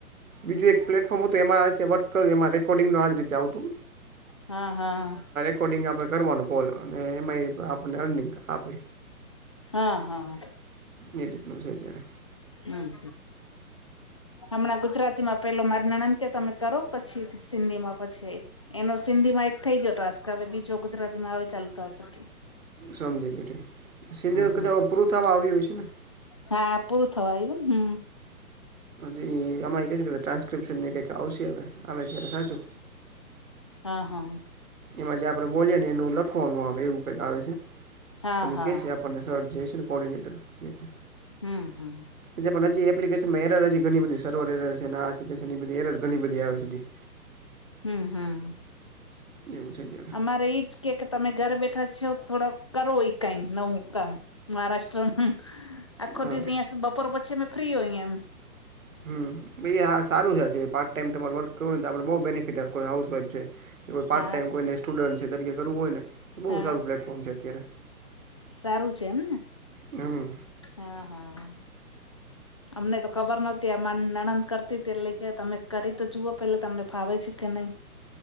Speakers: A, on the right; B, on the left.
A: બીજું એક પ્લેટફોર્મ હતું એમાં આ રીતે વર્ક કર્યું એમાં રેકોર્ડિંગનું આજ રીતે આવતું.
B: હા હા હા.
A: <unintelligible> આપણે કરવાનું કોલ, અને એમાં ઈ આપણને અર્નિંગ આપે.
B: હા, હા.
A: ઈ રીતનું છે અત્યારે.
B: હમ્મ. હમણાં ગુજરાતીમાં પહેલો મારી નણંદ કહે, તમે કરો, પછી સિંધીમાં પછી. એનો સિંધીમાં એક થઈ ગયો ટાસ્ક. હવે બીજો ગુજરાતીમાં હવે ચાલુ થાશે.
A: સમજી ગયો <unintelligible> સિંધીમાં
B: હમ.
A: કદાચ હવે પૂરું થવા આવ્યું હશે ને?
B: હા પૂરું થવા આવ્યુંન. હમ્મ.
A: હજી અમારી <unintelligible> ટ્રાન્સ્ક્રિપ્શન ને એ કંઈક આવશે હવે. આવે ત્યારે સાચું.
B: હા, હા.
A: એમાં જે આપણે બોલીએ ને એનું લખવાનું આવે, એવું કાંઈક આવે છે.
B: હા
A: પણ
B: હા
A: ઈ કહેશે આપ પણને સર જે હશેને કોર્ડીનેટર <unintelligible>
B: હમ્મ-હમ્મ.
A: ઈ જે પણ હજી એપ્લિકેશનમાં એરર હજી ઘણી બધી, સર્વર એરર છે ને, આ છે ને, તે છે ને, ઈ બધી એરર ઘણી બધી આવે છે હજી.
B: હમ્મ-હમ્મ.
A: એવું છે જ્યારે.
B: અમારે ઈજ કહે કે, તમે ઘરે બેઠા છિઓ, તો થોડોક કરો ઈ કંઈ નવું કામ. મહારાષ્ટ્રમ. આખો
A: હા
B: દિવસ અહીંયા બપોર પછી અમે ફ્રી હોઈએ એમ.
A: હમ્મ, એ આ સારું છે. આ જે પાર્ટ ટાઈમ તમારે વર્ક કરવું હોય ને તો આપણે બહુ બેનિફિટ આપે. કોઈ હાઉસવાઇફ છે કે કોઈ પાર્ટ
B: હા
A: ટાઈમ કોઈને સ્ટુડન્ટ છે તરીકે કરવું હોય ને, તો બહુ
B: હા
A: સારું પ્લેટફોર્મ છે અત્યારે.
B: સારું છે એમને.
A: હમ
B: હા, હા. અમને તો ખબર નહોતી, અમાર નણંદ કરતી તી એટલે કહ્યે, તમે કરી તો જુઓ પહેલા તમને ફાવે છે કે નહીં.